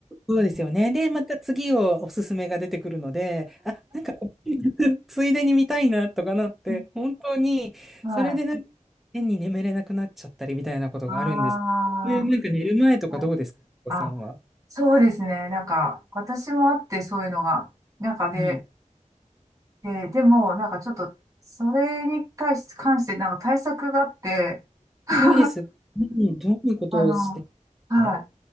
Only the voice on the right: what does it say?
う
ん
はい。
ああ、
はい
あ、そうですね。なんか、私もあって、そういうのが。なんかで、
で、でも、なんかちょっと、それに対し、関して、なんか対策があって、<laughs>
あの、はい。